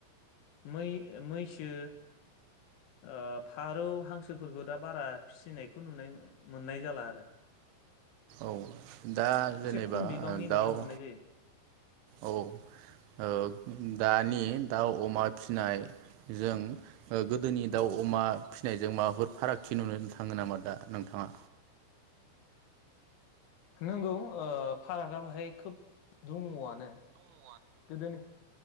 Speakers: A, on the left; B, on the right.
A: मै मैसो आ फारौ हांसोफोरखौ दा बारा फिसिनायखौ नुनाय मोननाय जाला आरो
B: औ दा
A: एसे
B: जेनेबा
A: खम बिबांनि
B: दाउ
A: नुनो मोननाय जायो
B: औ औ दानि दाउ अमा फि नाय जों गोदोनि दाउ
A: औ
B: अमा फिसिनायजों माबाफोर फारागथि नुनो थाङो नामा दा नोंथाङा?
A: नंगौ ओ फारागा बाहाय खोब दङ आ नो गोदोनि